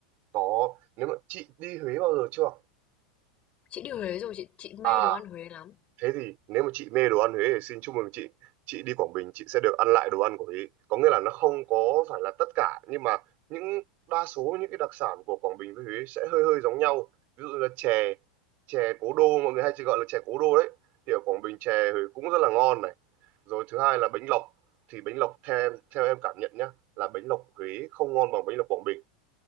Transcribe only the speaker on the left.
Chị đi Huế rồi, chị chị mê
đồ ăn Huế lắm.